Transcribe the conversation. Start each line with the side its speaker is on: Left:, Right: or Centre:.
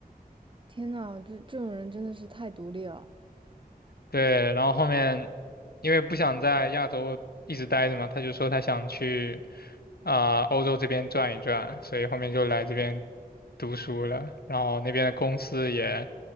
Right: 天呐，这这种人真的是太独立了，
Left: 对，然后后面因为不想在亚洲一直待着嘛，他就说他想去啊、欧洲这边转一转，所以后面就来这边读书了。然后那边的公司也